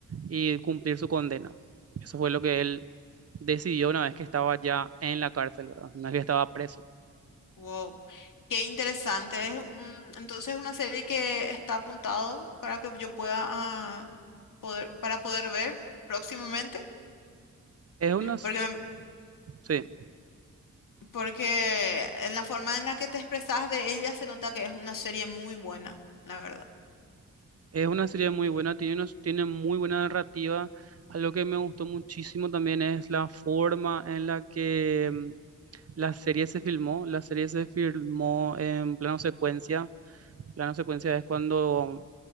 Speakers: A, on the right; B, on the left.
A: y cumplir su condena. Eso fue lo que él decidió una vez que estaba ya en la cárcel, ¿verdad? Una vez que estaba preso.
B: Wow. Qué interesante. Es un- entonces una serie que está apuntado para que yo pueda ah, poder, para poder ver próximamente.
A: Es una, s-
B: Porque, me-
A: sí,
B: porque en la forma en la que te expresas de ella se nota que es una serie muy buena, la verdad.
A: es una serie muy buena, tiene, unos- tiene muy buena narrativa. Algo que me gustó muchísimo también es la forma en la que mm, la serie se filmó. La serie se filmó en plano secuencia. Plano secuencia es cuando